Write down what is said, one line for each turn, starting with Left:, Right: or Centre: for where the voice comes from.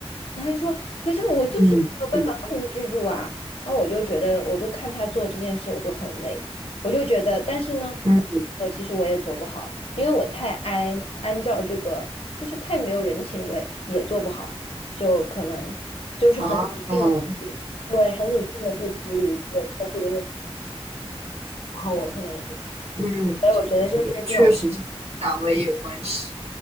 Left: 男孩他还说，可是我就是没有办法控制住啊。
Right: 嗯，是的，是的，
Left: 然后我就觉得，我就看他做这件事，我就很累，我就觉得，但是呢，
Right: 嗯
Left: 我其实我也做不好，因为我太按按照这个，就是太没有人情味，也做不好，就可能就是很理性的去，
Right: 啊，嗯
Left: 对，很理性的去处理一个客户的问题，然后我可能也不行，
Right: 嗯，
Left: 所以我觉得就是这种。
Right: 是的，确实这个岗位也有关系。